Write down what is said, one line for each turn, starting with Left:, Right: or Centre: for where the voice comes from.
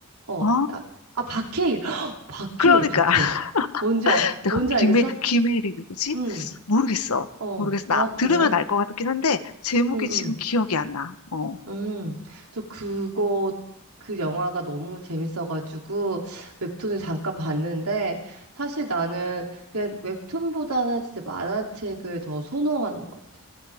Right: 어
Left: 아,
Right: 아, 아 박해일 <gasps> 박해일
Left: 그러니까
Right: 박해일 뭔지 알
Left: <laughs> 내가
Right: 뭔지 알겠어?
Left: 기메 기메일이 누구지?
Right: 응.
Left: 모르겠어.
Right: 어.
Left: 모르겠어. 나
Right: 아 그래?
Left: 들으면 알 것 같긴 한데 제목이
Right: 응응.
Left: 지금 기억이 안 나. 어.
Right: 음, 저 그거, 그 영화가 너무 재밌어가지고 웹툰을 잠깐 봤는데 사실 나는 그냥 웹툰보다는 진짜 만화책을 더 선호하는 것 같아.